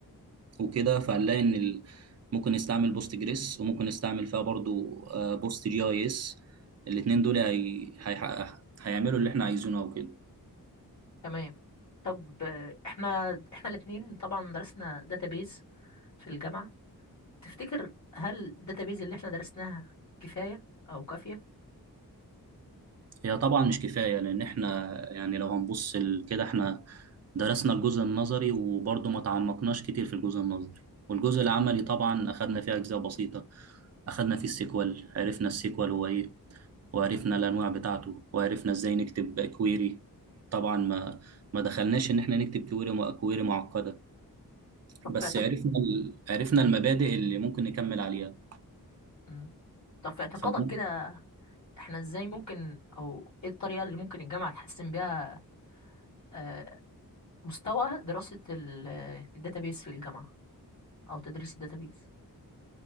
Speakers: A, on the right (about 45°); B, on the left (about 50°).
A: وكده فهنلاقي ان ال... ممكن نستعمل بوست جريس وممكن نستعمل فيها برضو آه، بوست جي اي اس الاتنين دول هي... هيحقق هيعملوا اللي احنا عايزينه او كده
B: تمام طب آه، احنا احنا الاتنين طبعا درسنا داتابيز في الجامعة تفتكر هل الداتابيز اللي احنا درسناها كفاية او كافية
A: هي طبعا مش كفاية لان احنا يعني لو هنبص ال- كده احنا درسنا الجزء النظري وبرضو ما تعمقناش كتير في الجزء النظري والجزء العملي طبعا اخدنا فيه اجزاء بسيطة اخدنا فيه السيكوال عرفنا السيكوال هو ايه وعرفنا الانواع بتاعته وعرفنا ازاي نكتب كويري طبعا ما ما دخلناش ان احنا نكتب كويري كويري معقده
B: طب
A: بس
B: في اعتق...
A: عرفنا ال... عرفنا المبادئ اللي ممكن نكمل عليها
B: مم. طب في اعتقادك
A: فممكن
B: كده احنا ازاي ممكن او ايه الطريقة اللي ممكن الجامعة تحسن بيها آه، مستوى دراسة الداتابيس في الجامعة أو تدريس الداتابيس